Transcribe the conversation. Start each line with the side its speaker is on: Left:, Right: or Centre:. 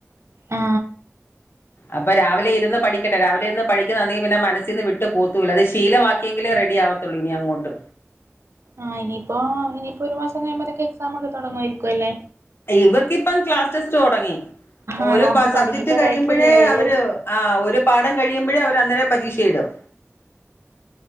Right: ആ
Left: അപ്പം രാവിലെ ഇരുന്ന് പഠിക്കട്ടെ രാവിലെ ഇരുന്ന് പഠിക്കുവാണെങ്കിൽ പിന്നെ മനസ്സീന്ന് വിട്ട് പോത്തുവില്ല അത് ശീലവാക്കിയെങ്കിലേ റെഡി ആവത്തൊള്ളൂ ഇനി അങ്ങോട്ട്.
Right: ആഹ് ഇനി ഇപ്പോ ഇനി ഇപ്പോ ഒരു മാസം കഴിയുപ്പഴതേക്കും എക്സാമൊക്കെ തൊടങ്ങു വാരിക്കുവല്ലേ
Left: ഇവർക്ക് ഇപ്പോൾ ക്ലാസ്സ്‌ ടെസ്റ്റ്‌ തൊടങ്ങി ഒരു
Right: ആണോ
Left: പ സബ്ജെക്ട്
Right: തുടങ്ങിട്ട് ഒരാഴ്ചല്ലേ
Left: കഴിയുമ്പഴേ
Right: ആയുള്ളൂ
Left: അവര് ഒരു പാടം കഴി കഴിയുമ്പഴേ അവർ അന്നേരം പരീക്ഷ ഇടും